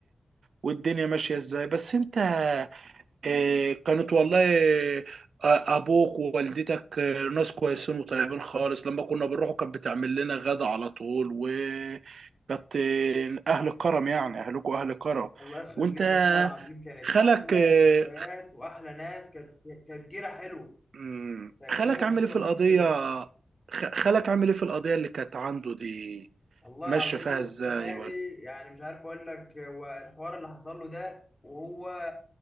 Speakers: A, on the right; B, on the left.
A: والدنيا ماشية ازاي بس انت آه، كانت والله آه، ابوك ووالدتك آه، ناس كويسين وطيبين خالص لما كنا بنروحوا كانت بتعمل لنا غدا على طول وكانت آه، اهل كرم يعني اهلكوا اهل كرم
B: الله يخليك
A: وانت
B: والله العظيم كانت
A: خالك
B: احلى
A: آه،
B: ذكريات واحلى ناس كانت كانت جيره حلوه
A: مم.
B: كانت
A: خالك
B: جيره
A: عامل
B: حلوه
A: ايه في
B: وناس
A: القضية
B: حلوه الصراحه
A: خ- خالك عامل ايه في القضية اللي كانت عنده دي
B: والله
A: ماشية
B: العظيم
A: فيها
B: بص
A: ازاي
B: خالي
A: ولا
B: يعني مش عارف اقول لك هو الحوار اللي حصل له ده وهو